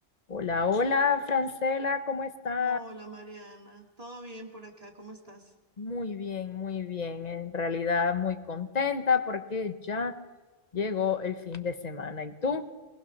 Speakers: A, on the left (about 35°); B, on the right (about 35°).
A: Hola, hola, Francela, ¿cómo estás?
B: Hola Mariana, ¿todo bien por acá? ¿Cómo estás?
A: Muy bien, muy bien. En realidad, muy contenta porque ya llegó el fin de semana. ¿Y tú?